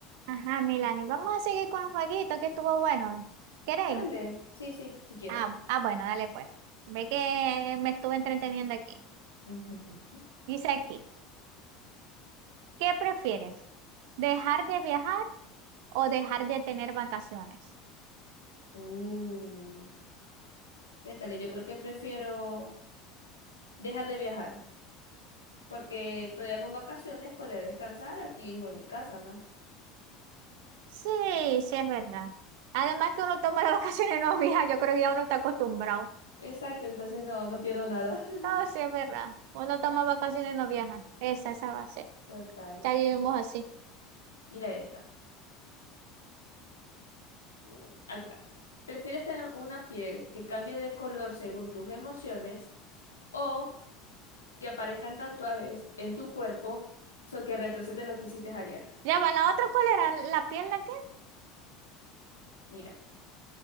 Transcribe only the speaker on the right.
Ajá, Milán, y vamos a seguir con el jueguito que estuvo bueno. ¿Queréis?
Ah, ah, bueno, dale pues. Ve que me estuve entreteniendo aquí.
Dice aquí, ¿qué prefieres? ¿Dejar de viajar o dejar de tener vacaciones?
Sí, sí, es verdad. Además que uno toma las <laughs> vacaciones y no viaja, yo creo que ya uno está acostumbrado.
No, sí, es verdad. Uno toma vacaciones y no viaja. Esa, esa va a ser.
Ya vivimos así.
Ya va, la otra, ¿cuál era? ¿La pierna qué?